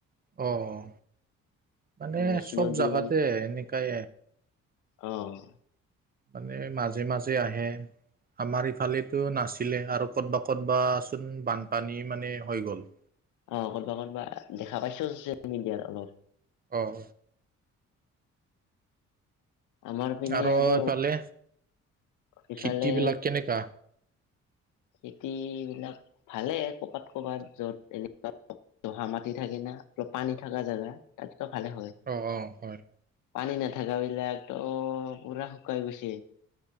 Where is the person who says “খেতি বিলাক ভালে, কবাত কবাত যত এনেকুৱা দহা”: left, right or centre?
Left